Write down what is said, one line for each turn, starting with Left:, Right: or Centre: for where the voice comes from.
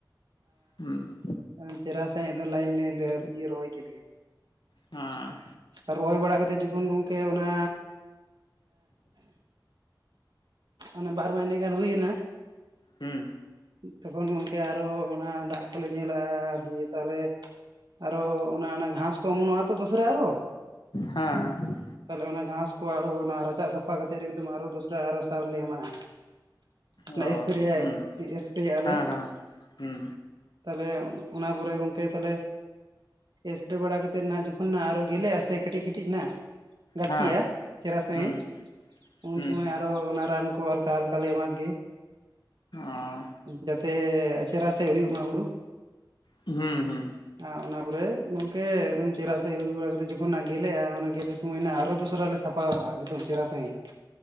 Left: ᱦᱩᱸ ᱦᱮᱸ
Right: ᱮ ᱪᱮᱨᱦᱟ ᱥᱟᱦᱤᱡ ᱮᱫ ᱞᱟᱭᱤᱱ ᱞᱟᱭᱤᱱ ᱞᱮ ᱨᱚᱦᱚᱭ ᱠᱮᱫ ᱜᱮ,
Left: ᱦᱟᱸ
Right: ᱟᱨ ᱨᱚᱦᱚᱭ ᱵᱟᱲᱟ ᱠᱟᱛᱮᱫ ᱡᱚᱠᱷᱚᱱ ᱜᱚᱢᱠᱮ ᱚᱱᱟ ᱚᱱᱟ ᱵᱟᱨ ᱢᱟᱦᱱᱟᱹ ᱜᱟᱱ ᱦᱩᱭ ᱮᱱᱟ,
Left: ᱦᱮᱸ
Right: ᱛᱚᱠᱷᱚᱱ ᱜᱚᱝᱠᱮ ᱟᱨᱚ ᱚᱱᱟ ᱫᱟᱜ ᱠᱚᱞᱮ ᱧᱮᱞ ᱟᱼᱟ, ᱫᱤᱭᱮ ᱛᱟᱦᱚᱞᱮ ᱟᱨᱚ ᱚᱱᱟ ᱚᱱᱟ ᱜᱷᱟᱥ ᱠᱚ ᱚᱢᱚᱱᱚᱜᱼᱟ ᱛᱚ ᱫᱚᱥᱨᱟ ᱟᱨᱚ,
Left: ᱦᱮᱸ ᱦᱮᱸ
Right: ᱛᱟᱦᱞᱮ ᱚᱱᱟ ᱜᱷᱟᱥ ᱠᱚ ᱟᱨᱚ ᱚᱱᱟ ᱨᱟᱡᱟᱜ ᱥᱟᱯᱷᱟ ᱠᱟᱛᱫ ᱮᱠᱫᱚᱢ ᱟᱨᱚ ᱫᱚᱥᱨᱟ ᱟᱨᱚ ᱥᱟᱨ ᱞᱮ ᱮᱢᱟᱜᱼᱟ᱾ ᱚᱱᱮ
Left: ᱚ
Right: ᱮᱥᱯᱨᱮᱭᱟᱭ
Left: ᱦᱩᱸ
Right: ᱮᱥᱯᱨᱮᱭᱟᱜᱼᱟ
Left: ᱦᱮᱸ
Right: ᱞᱮ᱾
Left: ᱦᱮᱸ ᱦᱩᱸ
Right: ᱛᱟᱦᱚᱞᱮ ᱚᱱᱟ ᱯᱚᱨᱮ ᱜᱚᱝᱠᱮ ᱛᱟᱦᱚᱞᱮ ᱮᱥᱯᱨᱮ ᱵᱟᱲᱟ ᱠᱟᱛᱮᱱ ᱦᱟᱜ ᱡᱚᱠᱷᱚᱱ ᱦᱟᱜ ᱟᱨᱚ ᱜᱮᱞᱮᱜ-ᱟ ᱥᱮ ᱠᱟᱹᱴᱤᱡ ᱠᱟᱹᱴᱤᱡ ᱱᱟᱜ, ᱜᱟᱹᱪᱷᱤᱜᱼᱟ
Left: ᱦᱮᱸ
Right: ᱪᱮᱨᱦᱟ ᱥᱟᱺᱦᱤᱡ
Left: ᱦᱩᱸ
Right: ᱩᱱ
Left: ᱦᱩᱸ
Right: ᱥᱚᱢᱚᱭ ᱟᱨᱚ ᱚᱱᱟ ᱨᱟᱱ ᱠᱚ ᱦᱟᱞᱠᱟ ᱦᱟᱞᱠᱟ ᱞᱮ ᱮᱢᱟᱫ ᱜᱮ,
Left: ᱚ
Right: ᱡᱟᱛᱮ ᱪᱮᱨᱦᱟ ᱥᱟᱦᱤᱫ ᱦᱩᱭᱩᱜ ᱢᱟ ᱦᱩᱲᱩ᱾
Left: ᱦᱩᱸ ᱦᱩᱸ
Right: ᱟᱨ ᱚᱱᱟ ᱯᱚᱨᱮ ᱜᱚᱝᱠᱮ ᱮᱠᱫᱚᱢ ᱪᱮᱨᱦᱟ ᱥᱟᱦᱤᱡ ᱦᱩᱭ ᱵᱟᱲᱟ ᱠᱟᱛᱮ ᱡᱚᱠᱷᱚᱱᱟᱜ ᱜᱮᱞᱮᱜᱼᱟ ᱚᱱᱟ ᱜᱮᱞᱮ ᱥᱚᱢᱚᱭ ᱦᱱᱟᱜ ᱟᱨᱚ ᱫᱚᱥᱨᱟ ᱞᱮ ᱥᱟᱯᱷᱟᱟᱜ ᱦᱳᱭ ᱮᱠᱫᱚᱢ ᱪᱮᱦᱨᱟ ᱥᱟᱺᱦᱤᱡ᱾